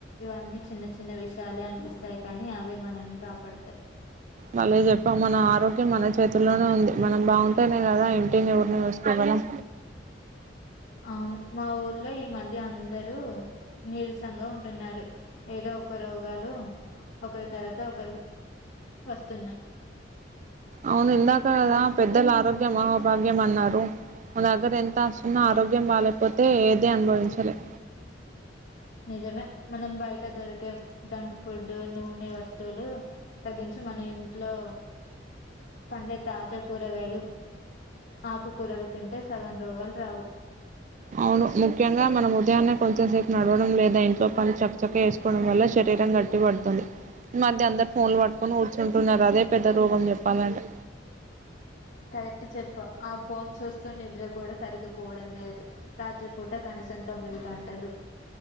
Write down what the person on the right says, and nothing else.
మళ్ళీ చెప్పం మన ఆరోగ్యం మన చేతుల్లోనే ఉంది మనం బాగుంటేనే కదా ఇంటినిఊరిని చూసుకోగలం
అవును ఇందాక కదా పెద్దలు ఆరోగ్యం మహాభాగ్యం అన్నారు మన దగ్గర ఎంత ఆస్తి ఉన్నా ఆరోగ్యం బాలేేకపోతే ఏదీ అనుభవించలేం
అవును ముఖ్యంగా మనం ఉదయాన్నే కొంచెం సేపు నడవడం లేదా ఇంట్లో పని చక చకా చేసుకోవడం వల్ల శరీరం గట్టి పడుతుంది ఈ మధ్య అందరు ఫోన్ లు పటు కొని కూర్చుంటున్నారు అదే పెద్ద రోగం చెప్పాలంటే